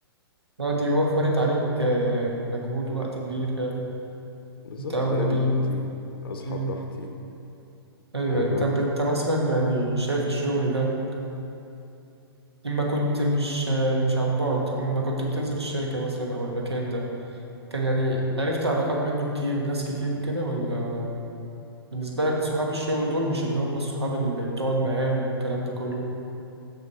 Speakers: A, on the right (about 80°); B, on the left (about 65°).
A: اه دي وفرت عليك آه، مجهود ووقت كبير فعلا
B: بالظبط
A: أنت أولى
B: بنام
A: بيه
B: براحتي اصحى
A: مم.
B: براحتي
A: أيوة
B: أه
A: طب أنت مثلا يعني شايف الشغل ده إما كنت مش آه، مش عن بعد إما كنت بتنزل الشركة مثلا أو المكان ده كان يعني عرفت علاقات منه كتير وناس كتير وكده ولا بالنسبة لك صحاب الشغل دول مش اللي هم الصحاب اللي تقعد معاهم والكلام ده كله